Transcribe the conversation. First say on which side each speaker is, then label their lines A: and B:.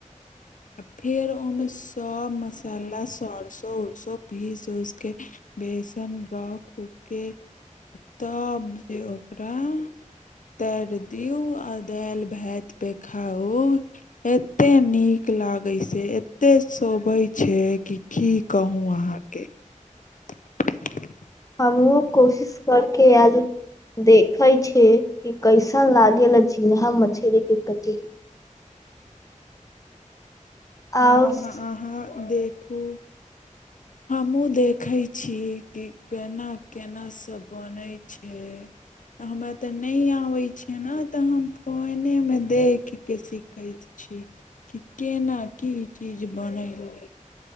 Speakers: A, on the left; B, on the left.
A: आ फिर ओमेस सब मसाला सरसो उरसो पीस उसके बेसन रखु के तब जे ओकरा तैर दिऔ आ दालि भात पे खाउ एते नीक नीक लागै से एतेक शोभै छै कि की कहू अहाँके <inaudible>
B: हमहु कोशिश करके आज देखै छिय कि कैसन लागल झींगा मछली के कचरी
A: हँ
B: आओर
A: ह अहाँ देखू हमहूँ देखै छी कि केना केना सभ बनैत छै हमरा तऽ नहि आबै छिय ने तऽ हम फोनेमे देखिकऽ सीख करैत छी। कि केना ई चीज बनै लै।